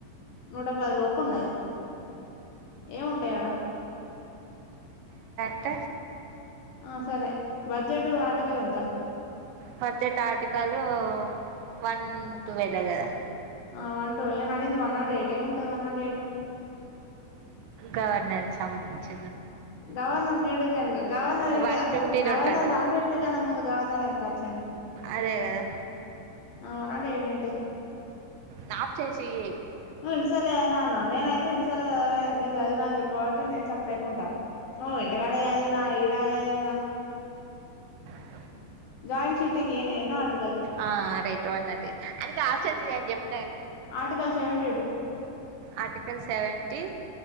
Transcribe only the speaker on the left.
నూట పది లోపు ఉన్నది ఏం ఉంటాయి అడా
ఆ సరే బడ్జెట్ ఆర్టికల్ ఎంత
ఆ వన్ టువల్ నేను అడిగింది వన్ నాట్ ఎయిట్ ఏమింటది వన్ నాట్ ఎయిట్
గవర్నర్ గిడ కంద గవర్నర్ గిడ
అసలు
గవర్నర్
వన్ ఫిఫ్టీ కన్నా ముందు గవర్నర్ కచ్చను
ఆ వన్ నాట్ ఎయిట్ ఏంటి
ఇంసాల నా న ఒన్నేన యితే ఇంస నేను చదివిన అని చెప్పే ఒకట్టి నేను సప్పడ అకుంటా నువ్వు ఇంటకాడ చదివిన ఈడా చదివిన
జాయింట్ సిటింగ్ ఆ ఏ నాట్
article seventy two